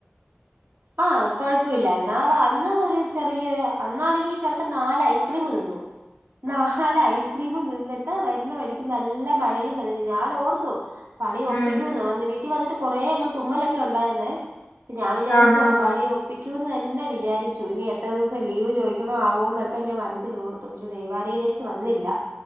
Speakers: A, on the right; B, on the left.
A: ആ കൊഴപ്പല്ലായിരുന്നു. അവ അന്ന് ഒരു ചെറിയൊരു അന്നാണെങ്കി ചെറ്ക്കൻ നാല് ഐസ്ക്രീം തിന്നു
B: <inaudible>
A: നാല് ഐസ്ക്രീമും തിന്നിട്ട് വരുന്ന വഴിക്ക് നല്ല മഴയും നനഞ്ഞു ഞാനോർത്തു പണിഒപ്പിക്കൂന്ന്
B: ഉം
A: വന്ന് വീട്ടി വന്നിട്ട് കൊറേ അങ്ങ് തുമ്മലൊക്കെ ഉണ്ടായിരുന്നേ ഞാൻ വിചാരിച്ചു
B: ആഹാ
A: ആ പണി ഒപ്പിക്കൂന്നന്നെ വിചാരിച്ചു ഇനി എത്ര ദിവസം ലീവ് ചോദിക്കണോ ആവോ എന്നൊക്കെ ഞാൻ മനസ്സിൽ ഓർ ത്തു പക്ഷെ ദൈവനുഗ്രഹിച്ച് വന്നില്ല